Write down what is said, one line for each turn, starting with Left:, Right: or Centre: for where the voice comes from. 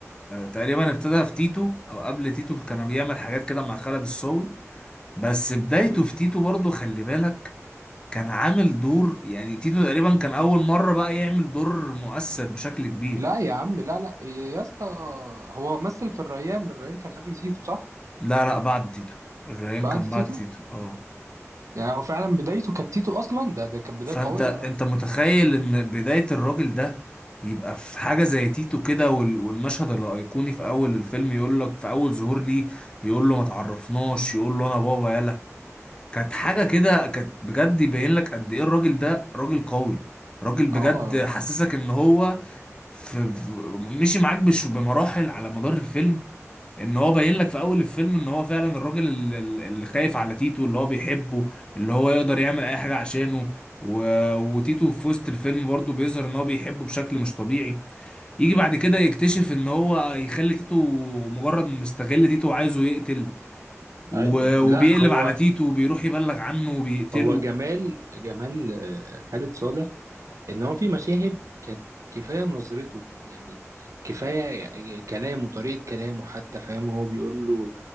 Left: تقريبا ابتدى في تيتو او قبل تيتو كان بيعمل حاجات كده مع خالد الصاوي بس بدايته
Right: مم.
Left: في تيتو برضه خلي بالك كان عامل دور يعني تيتو تقريبا كان اول مرة بقى يعمل دور مؤثر بشكل كبير
Right: لا يا عم لا لا يا اسطى هو مثل في الريان الريان كان قبل تيتو صح
Left: لا لا بعد تيتو الريان
Right: بعد
Left: كان بعد
Right: تيتو
Left: تيتو اه
Right: يعني هو فعلا بدايته كانت تيتو اصلا ده ده كانت بدايه
Left: فانت
Right: قويه
Left: انت
Right: بقى
Left: متخيل ان بداية الراجل ده يبقى في حاجة زي تيتو كده وال- والمشهد الأيقوني في أول الفيلم يقول لك في أول ظهور ليه يقول له ما تعرفناش يقول له أنا بابا يلا كانت حاجة كده كانت بجد يبين لك قد إيه الراجل ده راجل قوي راجل بجد
Right: اه
Left: حسسك إن هو في في- مشي معاك بش بمراحل على مدار الفيلم ان هو باين لك في اول الفيلم ان هو فعلا الراجل ال- ال- اللي خايف على تيتو اللي هو بيحبه اللي هو يقدر يعمل اي حاجة عشانه و... وتيتو في وسط الفيلم برضه بيظهر ان هو بيحبه بشكل مش طبيعي يجي بعد كده يكتشف ان هو يخلي تيتو مجرد مستغل تيتو وعايزه يقتل و...
Right: ايوه لا
Left: وبيقلب
Right: هو
Left: على تيتو وبيروح يبلغ عنه وبيقتله
Right: هو جمال جمال آه، خالد صالح ان هو في مشاهد كانت كفايه نظرته يعني كفايه كلامه طريقه كلامه حتى فاهم هو بيقول له